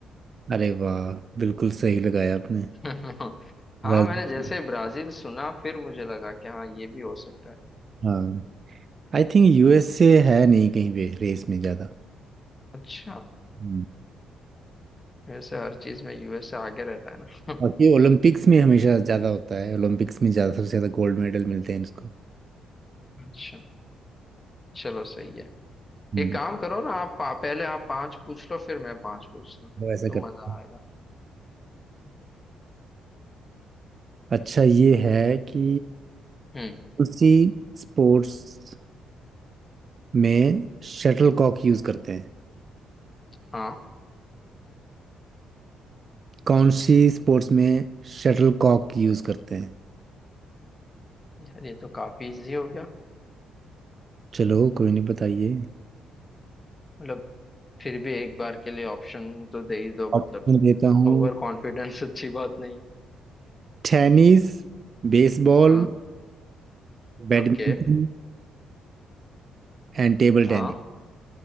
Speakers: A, on the right (about 45°); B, on the left (about 25°).
A: अरे वाह बिल्कुल सही लगाया आपने
B: <laughs> हाँ
A: ब्राजील
B: मैंने जैसे ब्राजील सुना फिर मुझे लगा कि हाँ ये भी हो सकता है
A: हाँ आई थिंक यूएसए है नहीं कहीं पे रेस में ज़्यादा
B: अच्छा
A: हम्म।
B: वैसे हर चीज में यूएसए आगे रहता है ना <laughs>
A: बाकी ओलंपिक्स में हमेशा ज़्यादा होता है ओलंपिक्स में ज़्यादा सबसे ज़्यादा गोल्ड मेडल मिलते हैं इसको
B: अच्छा चलो सही है
A: हम्म
B: एक काम करो ना आप पा, पहले आप पांच पूछ लो फिर मैं पांच पूछता हूँ
A: वो ऐसा
B: तो
A: करते
B: मजा
A: हैं
B: आएगा
A: अच्छा ये है कि
B: हम्म
A: उसी स्पोर्ट्स में शटल कॉक यूज़ करते हैं
B: हाँ
A: कौन सी स्पोर्ट्स में शटल कॉक यूज़ करते हैं
B: यार ये तो काफी इजी हो गया
A: चलो कोई नहीं बताइए
B: मतलब फिर भी एक बार के लिए ऑप्शन तो दे ही दो
A: ऑप्शन
B: मतलब
A: देता हूँ
B: ओवर कॉन्फिडेंस अच्छी बात नहीं है।
A: Tennis baseball
B: हाँ
A: badminton
B: ओके
A: and table
B: हाँ
A: tennis